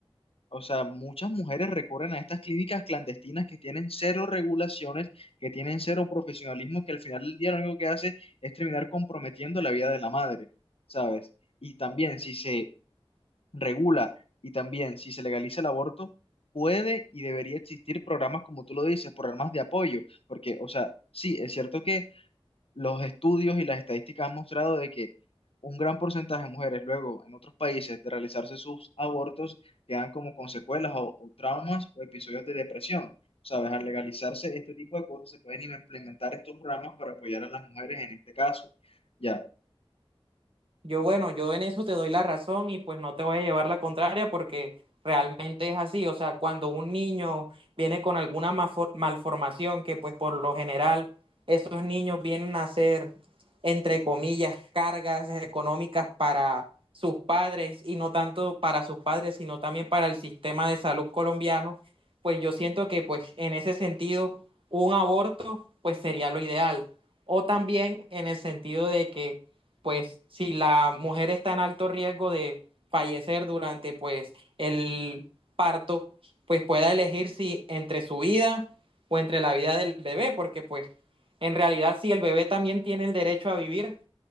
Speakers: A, on the left (about 70°); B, on the right (about 60°).
A: o sea, muchas mujeres recurren a estas clínicas clandestinas que tienen cero regulaciones, que tienen cero profesionalismo, que al final del día lo único que hace es terminar comprometiendo la vida de la madre, ¿sabes? Y también si se regula y también si se legaliza el aborto, puede y debería existir programas, como tú lo dices, programas de apoyo, porque, o sea, sí, es cierto que los estudios y las estadísticas han mostrado de que un gran porcentaje de mujeres luego en otros países de realizarse sus abortos quedan como con secuelas o, o traumas o episodios de depresión. Sabes, al legalizarse este tipo de cosas se pueden implementar estos programas para apoyar a las mujeres en este caso. Ya.
B: Yo, bueno, yo en eso te doy la razón y pues no te voy a llevar la contraria porque realmente es así. O sea, cuando un niño viene con alguna mafo- malformación, que pues por lo general esos niños vienen a ser, entre comillas, cargas económicas para sus padres y no tanto para sus padres, sino también para el sistema de salud colombiano, pues yo siento que pues en ese sentido un aborto pues sería lo ideal. O también en el sentido de que pues si la mujer está en alto riesgo de fallecer durante pues el parto, pues pueda elegir si entre su vida o entre la vida del bebé, porque pues en realidad si el bebé también tiene el derecho a vivir,